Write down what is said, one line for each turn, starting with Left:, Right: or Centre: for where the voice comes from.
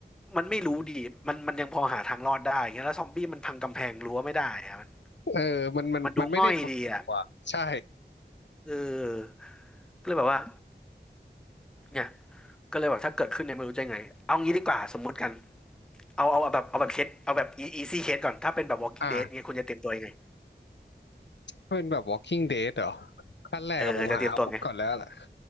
Centre: มันไม่รู้ดีมันมันยังพอหาทางรอดได้เงี้ยแล้วซอมบี้มันพังกำแพงรั้วไม่ได้อะมัน
Left: เออมันมันมันไม่ได้ดุกว่าใช่
Centre: มันดูง่อยดีอ่ะ เออ ก็เลยแบบว่าเนี่ยก็เลยแบบถ้าเกิดขึ้นเนี่ยไม่รู้จะยังไง เอางี้ดีกว่าสมมุติกันเอาเอาแบบเอาแบบเคสเอาแบบ e- easy case ก่อนถ้าเป็นแบบ Walking
Left: อ่า
Centre: Dead เนี้ยคุณจะเตรียมตัวยังไง
Left: เป็นแบบ Walking Dead เหรอขั้นแรกอะผมหาอาวุธก่อนแล้วแหละ
Centre: เออจะเตรียมตัวไง